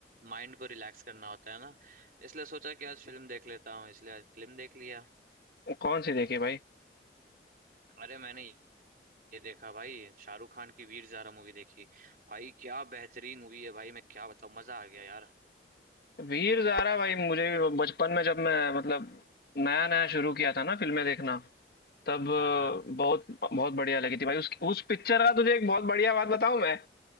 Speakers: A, on the right; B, on the left.
A: माइंड को रिलैक्स करना होता है ना इसलिए सोचा कि आज फिल्म देख लेता हूँ इसलिए आज फिल्म देख लिया
B: कौन सी देखी भाई
A: अरे मैंने ये देखा भाई शाहरुख खान की वीर ज़ारा मूवी देखी भाई क्या बेहतरीन मूवी है भाई मैं क्या बताऊँ मजा आ गया यार
B: वीर ज़ारा भाई मुझे भी बचपन में जब मैं मतलब नया नया शुरू किया था ना फिल्में देखना तब अ,
A: हाँ हाँ
B: बहुत बहुत बढ़िया लगी थी भाई उस उस पिक्चर का तुझे एक बहुत बढ़िया बात बताऊं मैं